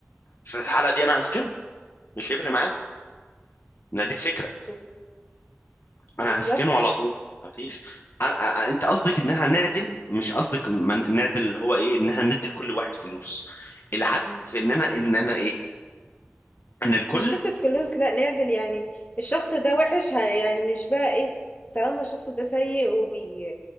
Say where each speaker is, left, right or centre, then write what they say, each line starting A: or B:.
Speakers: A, on the left; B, on the left.
A: في الحاله دي انا هسجنه مش هيفرق معايا ما دي الفكره
B: بالض
A: انا
B: بالضبط.
A: هسجنه على طول ما فيش انا أ- انت قصدك ان احنا نعدل مش قصدك من- نعدل اللي هو ايه ان احنا ندي لكل واحد فلوس العدل في ان انا ان انا ايه ان الكل
B: مش قصة فلوس لا نعدل يعني الشخص ده وحش ه- يعني مش بقى ايه طالما الشخص ده سيء وبي